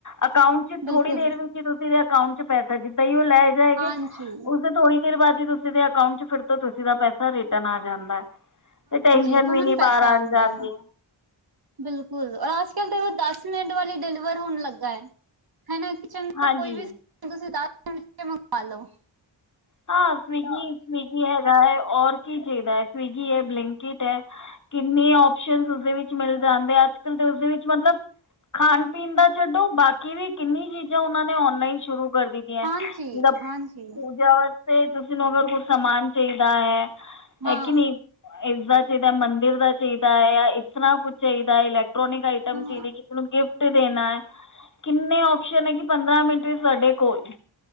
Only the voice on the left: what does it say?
ਅਕਾਊਂਟ
ਥੋੜੀ ਦੇਰ ਵਿੱਚ ਹੀ ਤੁਸੀਂ ਦੇ ਅਕਾਊਂਟ 'ਚ ਪੈਸਾ। ਜਿੱਦਾਂ ਹੀ ਉਹ ਲੈ ਜਾਏਗੇ
ਉਸਦੇ ਥੋੜੀ ਦੇਰ ਬਾਦ ਹੀ ਤੁਸੀਂ ਦੇ ਅਕਾਊਂਟ 'ਚ ਫੇਰ ਤੋਂ ਤੁਸੀਂ ਦਾ ਪੈਸਾ ਰਿਟਰਨ ਆ ਜਾਂਦਾ ਤੇ ਟੈਨਸ਼ਨ
ਵੀ ਨੀ
ਬਾਹਰ ਆਣ
ਜਾਣ
ਦੀ।
ਹਾਂਜੀ
ਹਾਂ ਸਵੀਗੀ, ਸਵੀਗੀ ਹੈਗਾ ਹੈ ਔਰ ਕੀ ਚਾਹੀਦਾ ਏ। ਸਵੀਗੀ ਹੈ, ਬਲਿੰਕਿੱਟ ਹੈ ਕਿੰਨੇ ਓਪਸ਼ਨ ਓਹਦੇ ਵਿਚ ਮਿਲ ਜਾਂਦੇ, ਅੱਜਕਲ ਤਾਂ ਉਸਦੇ ਵਿਚ ਮਤਲਬ ਖਾਣ ਪੀਨ ਦਾ ਛੱਡੋ, ਬਾਕੀ ਵੀ ਕਿੰਨੀ ਚੀਜ਼ਾਂ ਉਹਨਾਂ ਨੇ ਆਨਲਾਈਨ ਸ਼ੁਰੂ ਕਰ ਦੀ ਜੀ ਹੈ
ਜਿਦਾਂ
ਪੂਜਾ ਵਾਸਤੇ ਤੁਸੀਂ ਨੂੰ ਅਗਰ ਕੁਛ ਸਮਾਨ ਚਾਹੀਦਾ ਐ
ਹੈ ਕਿ ਨਈ ਇਸਦਾ ਚਾਹੀਦਾ, ਮੰਦਿਰ ਦਾ ਚਾਹੀਦਾ ਹੈ ਇਸ ਤਰ੍ਹਾਂ ਕੁੱਛ ਚਾਹੀਦਾ ਇਲ ਇਲੈਕਟ੍ਰੌਨਿਕ ਆਈਟਮ
ਚਾਹੀਦੀ ਕਿਸੀ ਨੂੰ ਗਿਫ਼ਟ ਗਿਫ਼ਟ ਦੇਣਾ ਹੈ ਕਿੰਨੇ ਓਪਸ਼ਨ ਹੈ ਕਿ ਪੰਦਰਾਂ ਮਿੰਟ ਵਿਚ ਸਾਡੇ ਕੋਲ